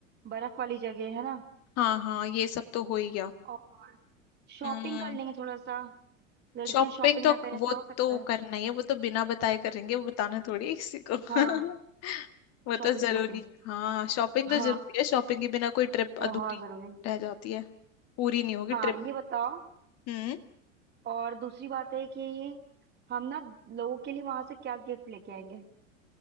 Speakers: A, on the right; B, on the left.
A: बर्फ वाली जगह है ना
B: हाँ हाँ ये सब तो हो ही गया
A: और शॉपिंग
B: हम्म
A: कर लेंगे थोड़ा सा लड़कियां
B: शॉपिंग
A: शॉपिंग
B: तो
A: ना करें ऐसा
B: वो
A: हो सकता
B: तो
A: है
B: करना ही है वो तो बिना बताए करेंगे वो बताना थोड़ी है किसी को <laughs>
A: हाँ
B: वो तो
A: Shopping
B: जरूरी
A: shopping
B: हाँ शॉपिंग
A: हाँ
B: तो जरूरी है शॉपिंग के बिना कोई ट्रिप
A: बहुत
B: अधूरी
A: जरूरी
B: रह जाती है पूरी नहीं होगी
A: हाँ
B: ट्रिप
A: ये बताओ
B: हम्म
A: और दूसरी बात है कि हम ना लोगों के लिए वहां से क्या गिफ्ट लेके आएंगे